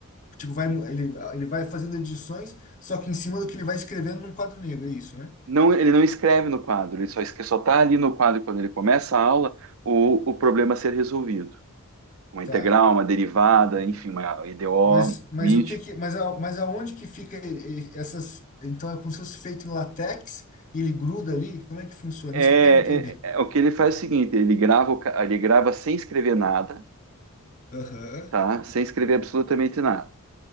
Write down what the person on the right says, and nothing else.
Não, ele não escreve no quadro, ele só esque- só está ali no quadro quando ele começa a aula o, o problema a ser resolvido. Uma
integral, uma derivada, enfim, uma IDO,
MIT.
É,
é- é- o que ele faz é o seguinte, ele grava, o ca- ele grava sem escrever nada,
tá? Sem escrever absolutamente nada.